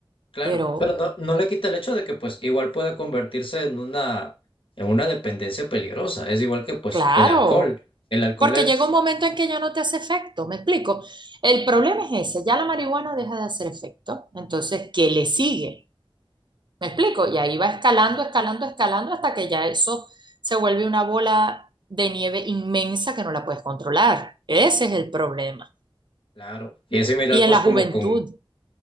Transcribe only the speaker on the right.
pero
claro,
porque
llega un momento en que ya no te hace efecto, ¿me explico? El problema es ese, ya la marihuana deja de hacer efecto, entonces, ¿qué le sigue? ¿Me explico? Y ahí va escalando, escalando, escalando hasta que ya eso se vuelve una bola de nieve inmensa que no la puedes controlar. Ese es el problema.
Y en
la
juventud,